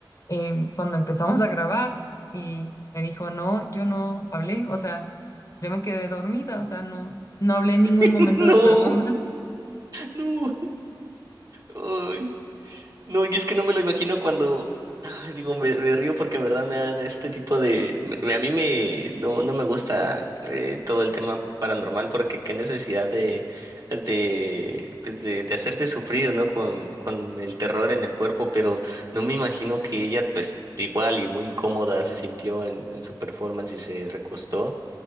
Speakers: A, on the left; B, on the right.
A: em, cuando empezamos a grabar y me dijo, no, yo no hablé, o sea, yo me quedé dormida, o sea, no, no hablé en ningún
B: <laughs>
A: momento
B: No,
A: del performance. <laughs>
B: no. Ay. No, y es que no me lo imagino cuando, ay, digo, me, me río porque en verdad me dan este tipo de, me- me- a mí me, no, no me gusta eh, todo el tema paranormal porque qué necesidad de, de, pues de, de hacerte sufrir, ¿no? Con, con el terror en el cuerpo, pero no me imagino que ella, pues, igual y muy cómoda se sintió en, en su performance y se recostó.